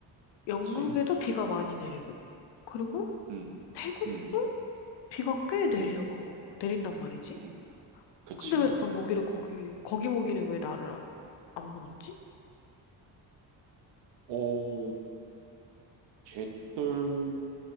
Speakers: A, on the left (about 75°); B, on the right (about 75°).
A: 영국에도
B: 그치.
A: 비가 많이 내리고, 그리고
B: 음,
A: 태국도
B: 음,
A: 비가 꽤 내려,
B: 음,
A: 내린단 말이지?
B: 음, 그치.
A: 근데 왜 난 모기를 거기, 거기 모기는 왜 나를 안, 안 물었지?
B: 오, 걔들